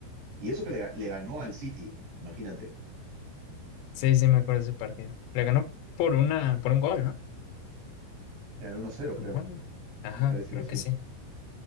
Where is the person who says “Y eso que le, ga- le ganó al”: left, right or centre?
Right